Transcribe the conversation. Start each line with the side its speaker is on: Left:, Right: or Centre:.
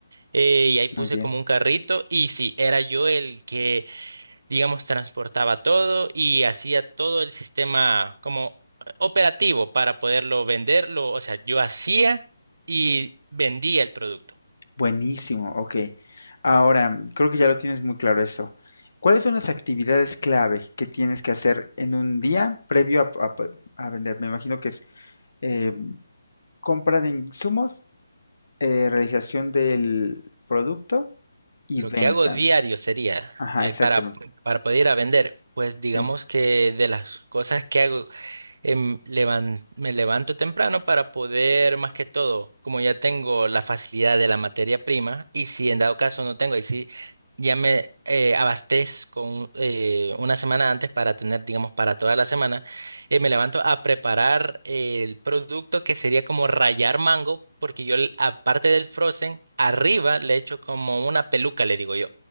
Right: eh, y ahí puse
Left: Muy bien.
Right: como un carrito y sí, era yo el que digamos, transportaba todo y hacía todo el sistema como operativo para poderlo venderlo. O sea, yo hacía y vendía el producto.
Left: Buenísimo, ok. Ahora, mm, creo que ya lo tienes muy claro eso. ¿Cuáles son las actividades clave que tienes que hacer en un día previo a, a- pues, a vender? Me imagino que es eh, compra de insumos, eh, realización del producto y
Right: Lo
Left: venta.
Right: que hago diario sería
Left: Ajá,
Right: eh,
Left: exactamente.
Right: para, para poder ir a vender. Pues digamos
Left: Sí.
Right: que de las cosas que hago em, levan- me levanto temprano para poder, más que todo, como ya tengo la facilidad de la materia prima, y si en dado caso no tengo, ahí sí ya me eh, abastezco eh, una semana antes para tener, digamos, para toda la semana, eh, me levanto a preparar el producto que sería como rayar mango, porque yo, l- aparte del frozen, arriba le echo como una peluca, le digo yo,